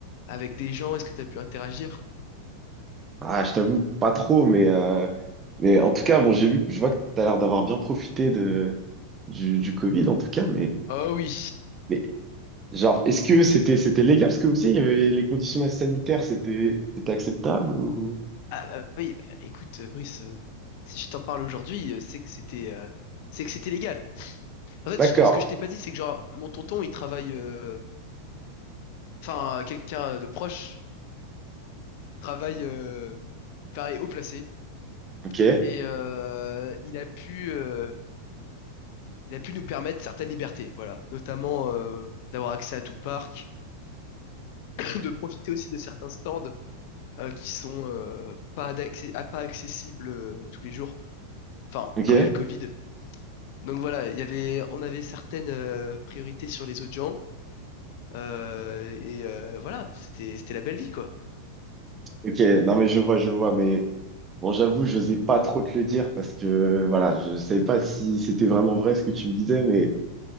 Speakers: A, on the left; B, on the right.
A: avec des gens? Est-ce que t'as pu interagir?
B: Ah, je t'avoue, pas trop, mais, euh, mais en tout cas, bon, j'ai vu, je vois que t'as l'air d'avoir bien profité de, du, du Covid, en tout cas, mais,
A: Oh oui.
B: mais genre, est-ce que c'était, c'était légal ce que vous faisiez? Il y avait les conditions sanitaires, c'était, c'était acceptable ou...
A: Ah bah oui, bah, écoute, euh, Brice, euh, si je t'en parle aujourd'hui, euh, c'est que c'était euh, c'est que c'était légal. En fait,
B: D'accord,
A: ce que je t'ai pas dit, c'est que genre, mon tonton, il travaille, euh, enfin, quelqu'un de proche travaille, euh, pareil, haut placé.
B: ok,
A: Et euh, il a pu, euh, il a pu nous permettre certaines libertés, voilà. Notamment euh, d'avoir accès à tout le parc, <coughs> <clears throat> de profiter aussi de certains stands euh, qui sont euh, pas d'accès, ah, pas accessibles euh, tous les jours. Enfin,
B: ok,
A: quand il y a le Covid. Donc voilà, il y avait, on avait certaines euh, priorités sur les autres gens. Euh, et euh, voilà, c'était, c'était la belle vie, quoi.
B: ok, non, mais je vois, je vois, mais bon, j'avoue, je n'osais pas trop te le dire parce que, voilà, je savais pas si c'était vraiment vrai ce que tu me disais, mais,